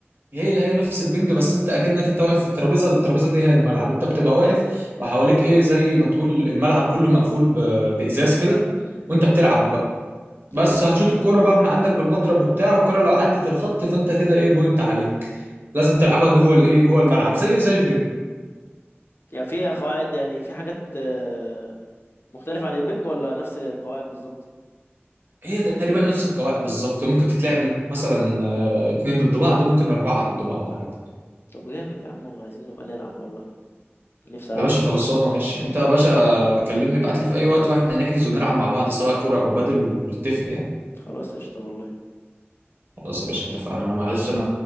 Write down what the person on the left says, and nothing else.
مم،
حلو
يعني في قواعد يعني في حاجات آه، مختلفة عن البنج ولا نفس القواعد بالظبط
طب جامد يا عم عايزين نبقى نلعب والله نفسي ألعبهم
ده
خلاص قشطة والله